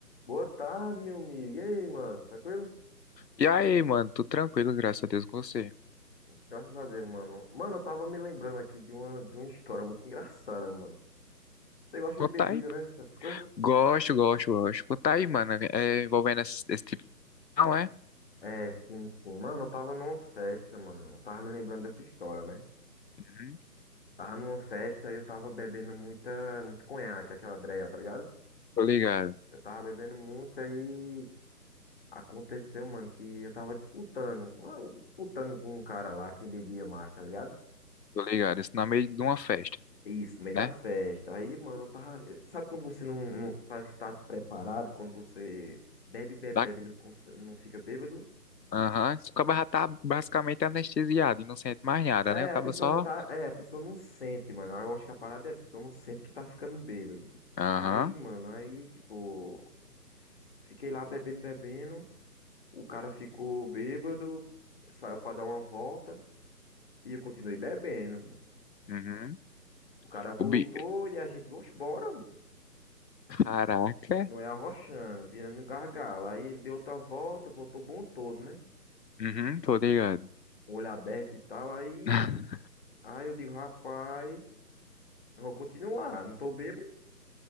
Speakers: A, on the left; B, on the left.
A: Boa tarde, meu amigo. E aí, mano? Tranquilo?
B: E aí, mano, tudo tranquilo, graças a Deus com você.
A: Graças a Deus, mano. Mano, eu tava me lembrando aqui de uma, de uma história muito engraçada, mano. Você gosta
B: Conta
A: de bebida,
B: aí. pô.
A: né? Essas coisas?
B: Gosto, gosto, gosto. Conta aí, mano, é é envolvendo esse, esse tipo. Não é?
A: É, sim, sim. Mano, eu tava numa festa, mano. Eu tava me lembrando dessa história, né?
B: Uhum.
A: Tava numa festa e eu tava bebendo muita, muito conhaque, aquela dreia, tá ligado?
B: Tô ligado,
A: Eu tava bebendo muito aí. Aconteceu, mano, que eu tava disputando. ah, Disputando com um cara lá, quem bebia mais, tá ligado?
B: tô ligado. Isso no meio de uma festa,
A: Isso, no meio
B: né?
A: da festa. Aí, mano, eu tava. eh, Sabe quando você não, não- parece que tá preparado, quando você bebe, bebe,
B: Da...
A: bebe, não, cons- não fica bêbado?
B: Aham. O cara já tá basicamente anestesiado e não sente mais nada,
A: É,
B: né? O cara
A: a pessoa
B: só.
A: já tá. É, a pessoa não sente, mano. Eu acho que a parada é essa, a pessoa não sente que tá ficando bêbado.
B: Aham.
A: Aí, mano, aí, tipo, fiquei lá bebendo, bebendo. O cara ficou bêbado, saiu pra dar uma volta e eu continuei bebendo.
B: Uhum.
A: O cara voltou
B: O bi...
A: e a gente, vamos embora.
B: Caraca.
A: Continuei arrochando, virando gargalo. Aí ele deu outra volta, voltou bom todo, né?
B: Uhum, tô ligado.
A: o olho aberto e tal. Aí,
B: <laughs>
A: aí eu digo, rapaz, eu vou continuar. Não tô bêbado,